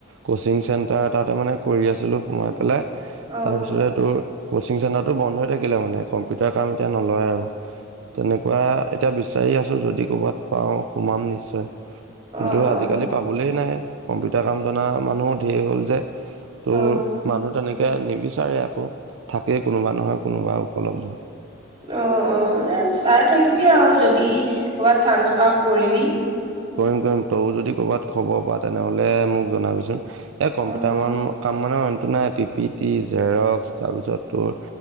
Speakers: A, on the right; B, on the right.
A: কচিং চেণ্টাৰ তাতে মানে কৰি আছিলো সোমাই পেলাই
B: অ',
A: তাৰপিছতে তোৰ কচিং চেণ্টাৰটো বন্ধ হৈ থাকিলে মানে কম্পিউটাৰ কাম এতিয়া নলয় আৰু তেনেকুৱা এতিয়া বিচাৰি আছো যদি কৰ'বাত পাও সোমাম নিশ্চয় কিন্তু
B: অ', অ',
A: আজিকালি পাবলৈ নাই কম্পিউটাৰ কাম জনা মানুহো ধেৰ হ'ল যে তোৰ
B: অ',
A: মানুহ তেনেকে নিবিচাৰে আকৌ থাকেই কোনোবা নহয় কোনোবা উপলব্ধ।
B: অ অ এ চাই থাকিবি আৰু যদি ক'ৰবাত চান্স পাওঁ কৰিবি।
A: কৰিম কৰিম তই যদি কৰবাত খবৰ পাৱ তেনেহ'লে মোক জনাবিচোন। এ কম্পিউটাৰ
B: অ',
A: মান কাম মানে না ডি পি টি, জেৰক্স, তাৰপিছত তোৰ